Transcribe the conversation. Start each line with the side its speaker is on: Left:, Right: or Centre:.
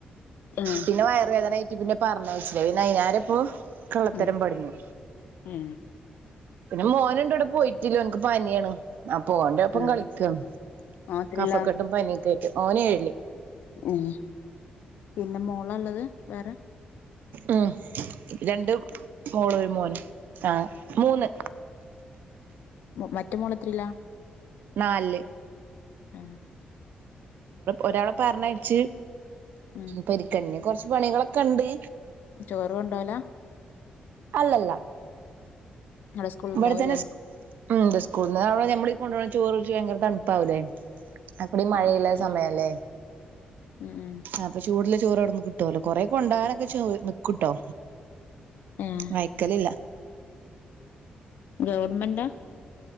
Left: ഏ
Right: പിന്നെ വയറുവേദനായി പിന്നെ പറഞ്ഞയച്ചില്ല അതിനാരപ്പോ കളത്തരം
Left: ഉം
Right: പടിഞ്ഞു
Left: ഉം
Right: പിന്നെ മോനുണ്ട് പോയിട്ടില്ല ഓനിക്ക് പനിയാണ് അപ്പോ ഓന്റെ ഒപ്പം
Left: ആഹ്
Right: കളിക്കും
Left: മാത്രല്ല
Right: കഫക്കെട്ടും പനി ഒക്കെ ആയിട്ട് ഓന് ഏഴില്
Left: ഉം പിന്നെ മോള് ഉള്ളത് വേറെ
Right: ഉം രണ്ട് മോള് ഒരു മോന് ആ മൂന്ന്
Left: മറ്റ മോള് എത്രയിലാ
Right: നാല്
Left: ആ
Right: ഒരാളെ പറഞ്ഞഴച്ച്
Left: ഉം
Right: പ യിരകാഞ് കൊറച്ച് പണികളൊക്കെ ഉണ്ട്
Left: ചോറുണ്ടോല
Right: അല്ലല്ല
Left: അവിടെ സ്കൂള്
Right: ഇവിടെ
Left: ഉണ്ടാവൂല്ലേ
Right: തന്നെ സ്കൂളടെ നഞമ്മളീ കൊണ്ട പോകുന്ന ചോറ്ച്ച് ഭയങ്കര തണുപ്പാവൂല്ലേ അപ്പടി മഴയില്ല
Left: ആഹ് ആഹ് അതന്നെ
Right: സമയല്ലേ
Left: ഉം ഉം
Right: അപ്പം ചൂടു ചോറടന്ന് കിട്ടുവല്ലോ കൊറെ കൊണ്ടോകാനൊക്കെ ചോ നിക്കൂട്ടോ
Left: ഏഹ്
Right: അ ഴക്കലില്ല
Left: ഗവണ്മെന്റാ